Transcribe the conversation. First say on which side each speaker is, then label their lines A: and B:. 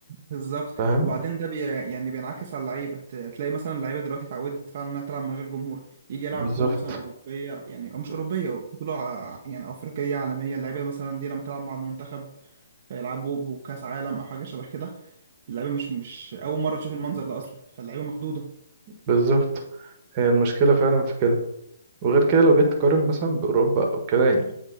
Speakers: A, on the right; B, on the right.
A: بالظبط
B: فاهم؟
A: وبعدين ده بي يعني بينعكس على اللعيبه ت- تلاقي مثلا اللعيبه دلوقتي اتعودت فعلا انها تلعب من غير جمهور يجي يلعب
B: بالظبط
A: بطوله مثلا اوروبيه يعني او مش اوروبيه بطوله ع- يعني افريقيه عالميه اللعيبه مثلا دي لما تلعب مع المنتخب فيلعبوا بكاس عالم او حاجه شبه كده اللعيبه مش مش اول مره تشوف المنظر ده اصلا فاللعيبه مخضوضه
B: بالظبط هي المشكلة فعلا في كده وغير كده لو جيت تقارن مثلا بأوروبا أو كده يعني